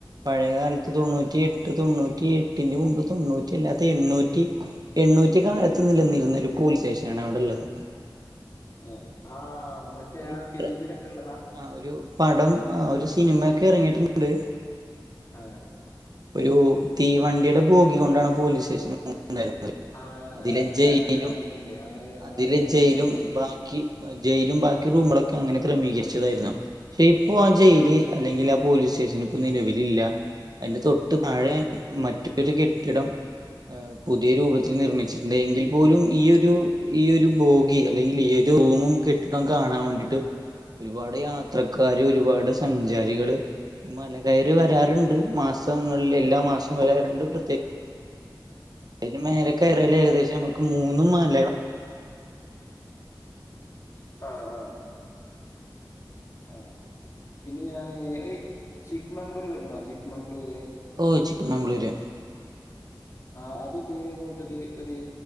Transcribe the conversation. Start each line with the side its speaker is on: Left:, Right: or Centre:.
Right: പഴയകാലത്ത് തൊണ്ണൂറ്റി എട്ട് തൊണ്ണൂറ്റി എട്ടിന്റെ മുമ്പ് തൊണ്ണൂറ്റി അല്ലാത്ത എണ്ണൂറ്റി എണ്ണൂറ്റി കാലത്ത് നിലനിന്നൊരു പോലീസ് സ്റ്റേഷനാണ് അവ്ടെള്ളത്
Left: ഉം ആഹ് മറ്റേ
Right: ഒരു
Left: ആ ഫിലീമിലൊക്കെള്ളതാ
Right: ട്ര ആ ഒരു പടം ആ ഒരു സിനിമേക്ക എറങ്ങീട്ട്ണ്ട്
Left: ആഹ്
Right: ഒരു തീവണ്ടീടെ ഭോഗി കൊണ്ടാണ് പോലീസ് സ്റ്റേഷൻ ഉണ്ടായിരുന്നത്
Left: ആ
Right: അതിലെ
Left: ഞാൻ കണ്ട
Right: ജയ്ലും
Left: ഞാൻ കണ്ട ഞാൻ കണ്ടിട്ടുണ്ട് ആ ഒരു ആ
Right: അതിലെ
Left: ഒരു സിനിമ
Right: ജയ്ലും
Left: ഞാൻ കണ്ടിട്ടുണ്ട്
Right: ബാക്കി ജയ്ലും ബാക്കി റൂമളൊക്കെ അങ്ങനെ ക്രമീകരിച്ചതായിര്ന്നു പക്ഷെ ഇപ്പൊ ആ ജയ്ല് അല്ലെങ്കിലാ പോലീസ് സ്റ്റേഷനും പ്പ നിലവിലില്ല അയ്ന്റെ തൊട്ട് താഴെ
Left: ആ
Right: മറ്റൊരു കെട്ടിടം ഏ പുതിയ രൂപത്തിൽ നിർമ്മിച്ചിട്ട്ണ്ട് എങ്കിൽ പോലും ഈ ഒരു ഈ ഒരു ബോഗി അല്ലെങ്കിലീ ഒരു റൂ മും കെട്ടിടം കാണാൻ വേണ്ടിട്ട് ഒരുപാട് യാത്രക്കാര് ഒരുപാട് സഞ്ചാരികള് ഈ മല കയറി വരാറ്ണ്ട് മാസങ്ങൾല് എല്ലാ മാസം വരാറ്ണ്ട് പ്രത്യേ അയിന് മേലെ കേറ ലേകദേശം നമക്ക് മൂന്ന് മല
Left: ആഹ് ആ ആ. പിന്നെ ഞാന് ഒര് ചിക്ക് മംഗ്ലൂര് കേട്ട്ക്ക്ണോ ചിക്ക് മംഗ്ലൂര്
Right: ഓ ചിക്ക് മംഗ്ലൂര്
Left: ആ അത് ഇതേപോൽത്തൊര് ഒര്